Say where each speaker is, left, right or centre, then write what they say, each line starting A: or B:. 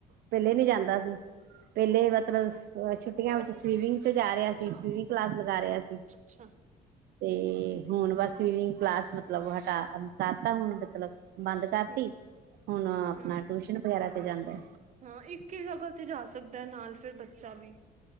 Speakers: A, on the right (about 70°); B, on the right (about 45°).
A: ਪੈਲੇ ਨੀ ਜਾਂਦਾ ਸੀ। ਪੈਲੇ ਮਤਲਬ ਅ ਛੁੱਟੀਆਂ ਵਿੱਚ ਸਵੀਮਿੰਗ ਤੇ ਜਾ ਰਿਆ ਸੀ ਸਵੀਮਿੰਗ ਕਲਾਸ ਲਗਾ ਰਿਆ ਸੀ।
B: ਅੱਛਾ
A: ਤੇ ਹੁਣ ਬਸ ਸਵੀਮਿੰਗ ਕਲਾਸ ਮਤਲਬ ਹਟਾ ਹਟਤਾ ਹੁਣ ਮਤਲਬ ਬੰਦ ਕਰਤੀ
B: ਹਮ
A: ਹੁਨ ਆਪਨਾ
B: ਹਾਂ
A: ਟੂਸ਼ਨ ਵਗੈਰਾ ਤੇ ਜਾਂਦੈ।
B: ਹਾਂ ਇੱਕ ਈ ਜਗਾ ਤੇ ਜਾ ਸਕਦਾ ਨਾਲ ਫਿਰ ਬੱਚਾ ਵੀ।